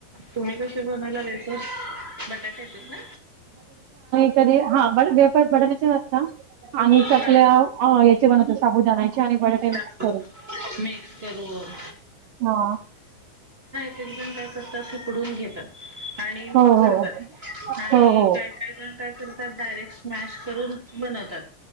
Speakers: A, on the right (about 15°); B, on the right (about 75°).
A: तुम्ही कसे बनवयला आलेस बटाटा येतस ना
B: हा पण वेपार बटाट्याचे असत आणि
A: हा
B: चकल्या याचे बनवतो साबुदाणाचे आणि बटाटे
A: शाबू
B: मिक्स करून
A: मिक्स करून
B: हा
A: तेिन काय करतात उकडून घेतात आणि मग
B: हो,
A: करतात
B: हो.
A: आणि
B: हो, हो.
A: काय काय जण काय करत त्यात डायरेक्ट स्मॅश करून बनवतात.